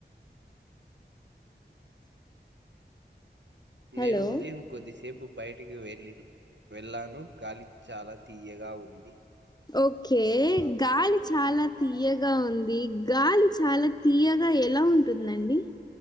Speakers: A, on the left; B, on the right.
A: హలో!
B: నేను ఉదయం కొద్ది సేపు బయట ఇంటికి వెళ్ళి వెళ్ళాను గాలి చాలా తీయగా ఉంది ది
A: ఓకే గాలి చాలా తీయగా ఉంది గాలి చాలా తీయగా ఎలా ఉంటుందండి